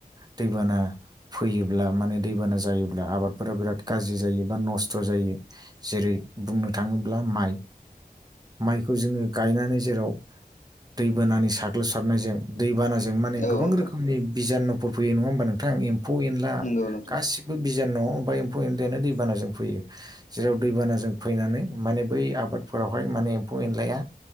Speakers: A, on the right; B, on the left.
A: दैबाना। फैयोब्ला माने दैबाना जायोब्ला आबादफोरा बिराद गाज्रि जायो बा नस्थ जायो। जेरै बुंनो थाङोब्ला माइ। माइखौ जोङो गायनानै जेराव दैबानानि साग्लोबसारनायजों दैबाना। जों माने
B: औ
A: गोबां रखोमनि
B: नोंथां
A: बिजानुफोर फैयो नङा हबा नोंथां एम्फौ एनला
B: नंगौ नोंथां
A: गास बो बिजान ओमफाय एम्फौ एनलैयानो दैबानाजों फैयो। जेराव दैबानाजों फैनानै माने बै आबादफोरावहाय माने एम्फौ एनलाया।